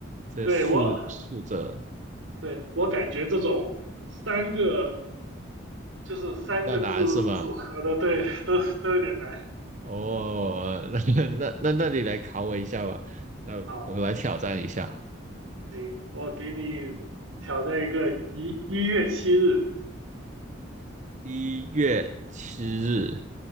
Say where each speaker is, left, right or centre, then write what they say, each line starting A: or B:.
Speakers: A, on the right (about 35°); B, on the right (about 85°).
A: 这竖竖着
B: 对我，对我感觉这种三个。就是三个字组合的，
A: 比较难是吗？
B: 对，都都有点难。
A: 哦，<laughs> 那那那那你来考我一下吧，那我来挑战一下。
B: 好，行，我给你挑战一个一一月七日，
A: 一月七日，